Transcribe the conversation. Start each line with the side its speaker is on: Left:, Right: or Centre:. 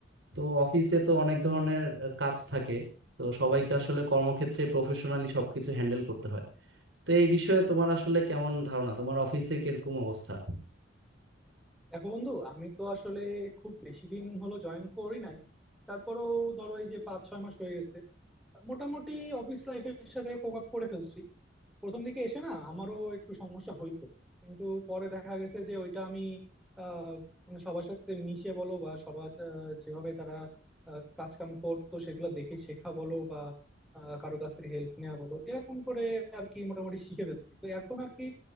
Right: তো অফিসে তো অনেক ধরনের আহ, কাজ থাকে তো সবাইকে আসলে কর্মক্ষেত্রে প্রফেশনালি সবকিছু হ্যান্ডেল করতে হয় তো এই বিষয়ে তোমার আসলে কেমন ধারণা তোমার অফিসে কিরকম অবস্থা
Centre: দেখো বন্ধু আমি তো আসলে খুব বেশি দিন হলো জয়েন করি নাই তারপরেও ধরো এই যে পাঁচ ছয় মাস হয়ে গেছে মোটামুটি অফিস লাইফের সাথে কোপ আপ করে ফেলছি প্রথম দিকে এসে না আমারও একটু সমস্যা হইতো কিন্তু পরে দেখা গেছে যে ওইটা আমি আহ, মানে সবার সাথে মিশে বলো বা সবার আহ, যেভাবে তারা কাজ কাম করতো সেগুলো দেখে শেখা বলো বা আহ, কারো কাছ থেকে হেল্প নেওয়া বলো এরকম করে আর কি মোটামুটি শিখে ফেলছি তো এখন আর কি